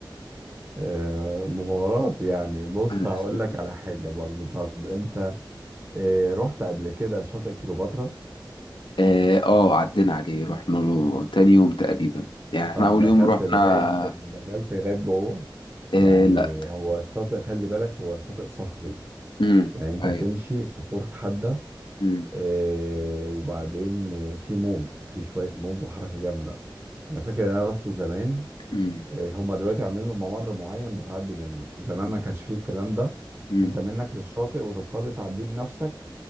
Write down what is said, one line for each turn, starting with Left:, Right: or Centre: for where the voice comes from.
Right: آه، مغامرات يعني بص
Left: <laughs>
Right: هقول لك على حاجه برضو طب انت آه، رحت قبل كده شاطئ كيلوباترا
Left: اه آه، عدينا عليه رحنا له تاني يوم تقريبا يعني احنا
Right: طب
Left: اول
Right: دخلت
Left: يوم رحنا
Right: لغاية دخلت لغاية جوه
Left: اه
Right: يعني
Left: لا
Right: هو الشاطئ خلي بالك هو شاطئ صخري
Left: امم
Right: يعني انت
Left: ايوه
Right: بتمشي صخور حادة
Left: امم
Right: آه، وبعدين آه، في موج في شوية موج وحركة جامدة انا فاكر ان انا رحته زمان
Left: امم
Right: آه، هما دلوقتي عاملين له ممر معين بتعدي منه زمان
Left: امم
Right: ما كانش فيه الكلام ده
Left: امم
Right: انت منك للشاطئ وتضطر تعديه بنفسك